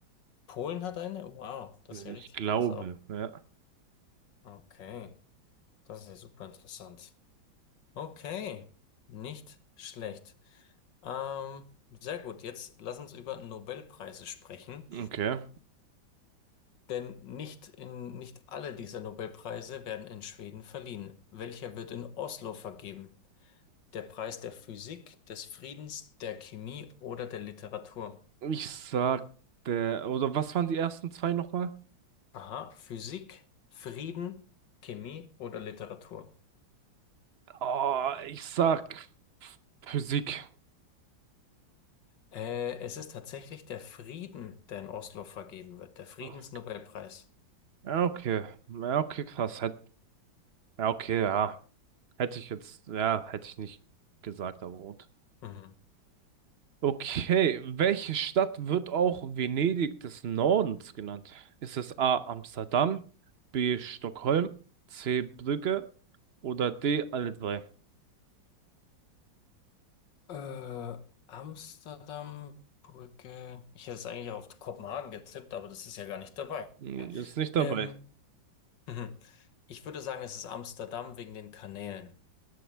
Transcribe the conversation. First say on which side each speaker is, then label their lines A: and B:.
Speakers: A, on the left; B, on the right.
A: Polen hat eine? Wow, das ist ja
B: Ich
A: richtig
B: glaube,
A: krass auch.
B: ja.
A: Okay, das ist ja super interessant. Okay, nicht schlecht. Ähm, sehr gut, jetzt lass uns über Nobelpreise sprechen.
B: Okay.
A: Denn nicht in, nicht alle dieser Nobelpreise werden in Schweden verliehen. Welcher wird in Oslo vergeben? Der Preis der Physik, des Friedens, der Chemie oder der Literatur?
B: Ich sag, äh, oder was waren die ersten zwei nochmal?
A: Aha, Physik, Frieden, Chemie oder Literatur?
B: Oh, ich sag Physik.
A: Äh, es ist tatsächlich der Frieden, der in Oslo vergeben wird, der Friedensnobelpreis.
B: Oh. Ja, okay. Ja, okay, krass. Hätt, ja, okay, ja. Hätte ich jetzt, ja, hätte ich nicht gesagt, aber gut.
A: Mhm.
B: Okay, welche Stadt wird auch Venedig des Nordens genannt? Ist es A. Amsterdam, B. Stockholm, C. Brügge oder D. alle drei?
A: Äh, Amsterdam, Brücke. Ich hätte es eigentlich auf Kopenhagen getippt, aber das ist ja gar nicht dabei.
B: Hm, Ist nicht dabei.
A: Ähm, Mhm. Ich würde sagen, es ist Amsterdam wegen den Kanälen.